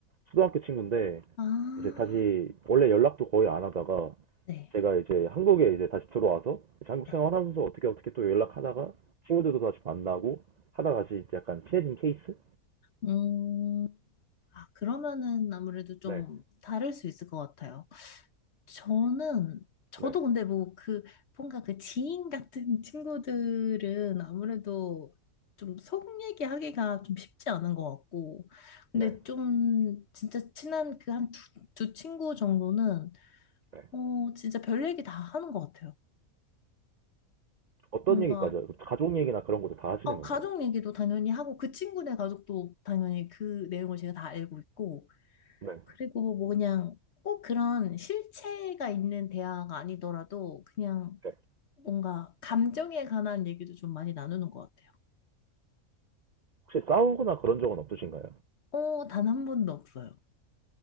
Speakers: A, on the right; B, on the left.
A: 초등학교 친구인데
B: 아.
A: 이제 다시 원래 연락도 거의 안 하다가
B: 네.
A: 제가 이제 한국에 이제 다시 들어와서 이제 한국
B: 네.
A: 생활하면서 어떻게 어떻게 또 연락하다가 친구들도 다시 만나고 하다가 다시 이제 약간 친해진 케이스?
B: 음. 아, 그러면은 아무래도 좀
A: 네,
B: 다를 수 있을 것 같아요. 저는, 저도
A: 네,
B: 근데 뭐 그, 뭔가 그 지인 같은 <laughs> 친구들은 아무래도 좀 속 얘기하기가 좀 쉽지 않은 것 같고. 근데
A: 네,
B: 좀 진짜 친한 그 한 두, 두 친구 정도는,
A: 네.
B: 어, 진짜 별 얘기 다 하는 것 같아요.
A: 어떤
B: 뭔가,
A: 얘기까지 하죠? 가족 얘기나 그런 것도 다 하시는
B: 어,
A: 건가요?
B: 가족 얘기도 당연히 하고, 그 친구네 가족도 당연히 그 내용을 제가 다 알고 있고,
A: 네.
B: 그리고 뭐 그냥 꼭 그런 실체가 있는 대화가 아니더라도 그냥
A: 네.
B: 뭔가 감정에 관한 얘기도 좀 많이 나누는 것 같아요.
A: 혹시 싸우거나 그런 적은 없으신가요?
B: 어, 단 한 번도 없어요.